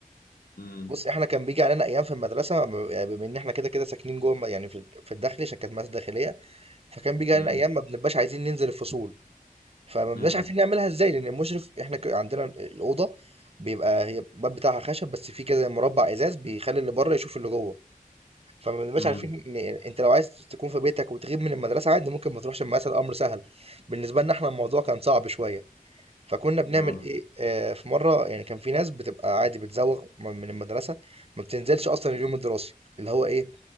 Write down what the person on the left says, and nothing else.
امم
امم
امم
امم
اه